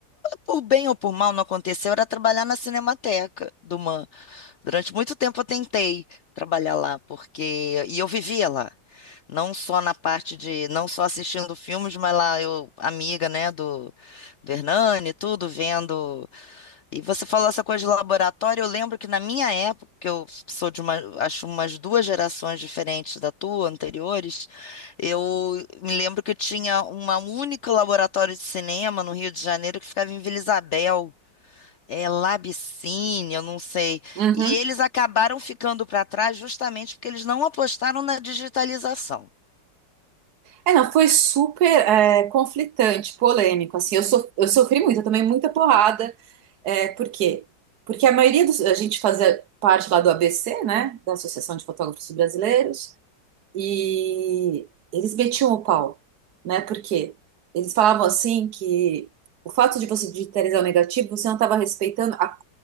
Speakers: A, on the left; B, on the right.
A: Por bem ou por mal não aconteceu, era trabalhar na Cinemateca do Man. Durante muito tempo eu tentei trabalhar lá, porque. E eu vivia lá. Não só na parte de. Não só assistindo filmes, mas lá eu, amiga, né, do, do Hernani, tudo, vendo. E você falou essa coisa de laboratório, eu lembro que na minha época, que eu sou de uma, acho umas duas gerações diferentes da tua, anteriores, eu me lembro que tinha uma única laboratório de cinema no Rio de Janeiro que ficava em Vila Isabel, é Labicine, eu não sei.
B: Uhum.
A: E eles acabaram ficando para trás justamente porque eles não apostaram na digitalização.
B: É, não, foi super é, conflitante, polêmico, assim, eu, so, eu sofri muito, eu tomei muita porrada, é, por quê? Porque a maioria dos, a gente fazia parte lá do ABC, né, da Associação de Fotógrafos Brasileiros, E eles metiam o pau, né? Porque eles falavam assim que o fato de você digitalizar o negativo, você não estava respeitando a-